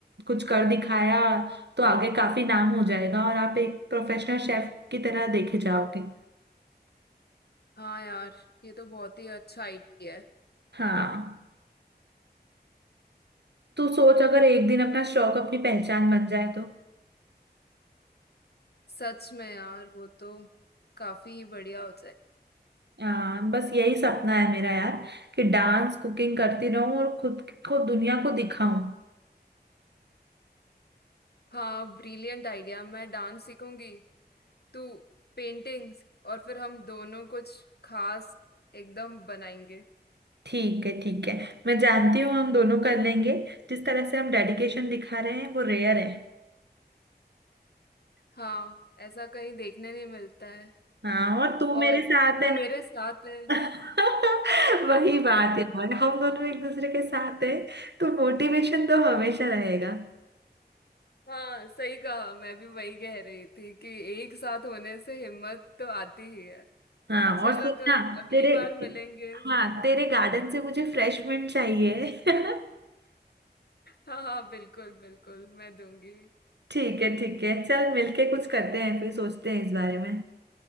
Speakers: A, on the right; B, on the left.
A: कुछ कर दिखाया तो आगे काफी नाम हो जाएगा और आप एक प्रोफेशनल शेफ की तरह देखे जाओगे
B: हाँ यार ये तो बहुत ही अच्छा आइडिया है
A: हाँ तू सोच अगर एक दिन अपना शौक अपनी पहचान बन जाए तो
B: सच में यार वो तो काफी बढ़िया हो
A: आ, बस यही सपना है मेरा यार कि डांस कुकिंग करती रहूं और खुद को दुनिया को दिखाऊं
B: हाँ ब्रिलियंट आइडिया मैं डांस सीखूंगी तू पेंटिंग्स और फिर हम दोनों कुछ खास एकदम बनाएंगे
A: ठीक है ठीक है मैं जानती हूँ हम दोनों कर लेंगे जिस तरह से हम डेडिकेशन दिखा रहे हैं वो रेयर है
B: हाँ ऐसा कहीं देखने नहीं मिलता है
A: हाँ और तू मेरे
B: और
A: साथ
B: तू
A: है
B: मेरे साथ है
A: <laughs> वही बात है यार हम दोनों एक दूसरे के साथ है तो मोटिवेशन तो हमेशा रहेगा
B: हाँ सही कहा मैं भी वही कह रही थी कि एक साथ होने से हिम्मत तो आती ही है
A: हाँ
B: चल
A: और सुनना
B: अगर अगली
A: तेरे
B: बार मिलेंगे
A: हाँ तेरे गार्डन से मुझे फ्रेश मिंट चाहिए <laughs>
B: हाँ हाँ बिल्कुल बिल्कुल मैं दूंगी
A: ठीक है ठीक है चल मिलके कुछ करते हैं फिर सोचते हैं इस बारे में